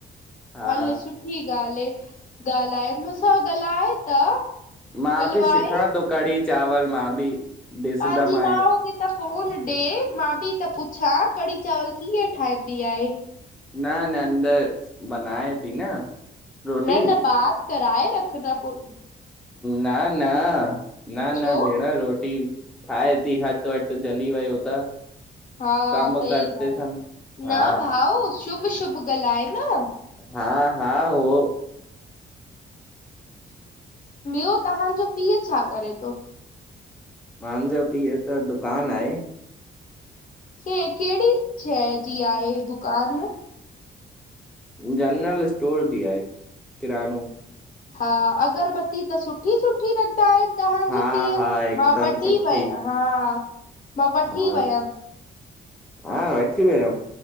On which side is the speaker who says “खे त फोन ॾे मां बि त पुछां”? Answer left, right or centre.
Left